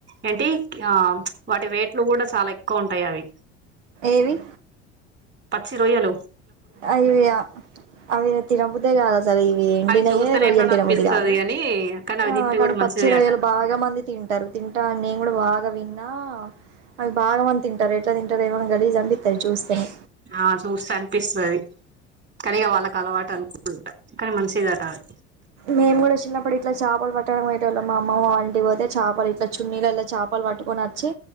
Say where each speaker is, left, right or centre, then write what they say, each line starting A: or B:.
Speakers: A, on the right; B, on the right.
A: ఏంటీ వాటి వేట్లు కూడా చాలా ఎక్కువ ఉంటాయి అవి
B: ఏవి
A: పచ్చి రోయ్యలు
B: అవి అవి తినబుద్దే కాదు అసలు ఇవి ఎండినయే
A: అవి చూస్తేనే
B: రొయ్యలు
A: ఎట్లానో
B: తినబుద్ది
A: అనిపిస్తది
B: కాదు
A: అని కానీ అవి
B: ఆ
A: తింటే
B: కానీ
A: కూడా మంచిదే
B: పచ్చి రొయ్యలు
A: అట
B: బాగా మంది తింటారు తింటా నేను కూడా బాగా విన్నా అవి బాగా మంది తింటార్ ఎట్ట తింటరో ఎమోగాని గలీస్ అనిపిస్తది చూస్తేనే
A: ఆ చూస్తే అనిపిస్తది కానీ ఇగ వాళ్ళకి అలవాటు అనుకుటుంట కానీ మనిషి దాటాలి
B: మేము కూడా చిన్నప్పుడు ఇట్లా చాపలు పట్టడాన్కి పోయెటోళ్ళం మా అమ్మమ్మ వాళ్ళింటికి పోతే చాపలు ఇట్లా చున్నీలల్లా చాపలు పట్టుకొని వచ్చి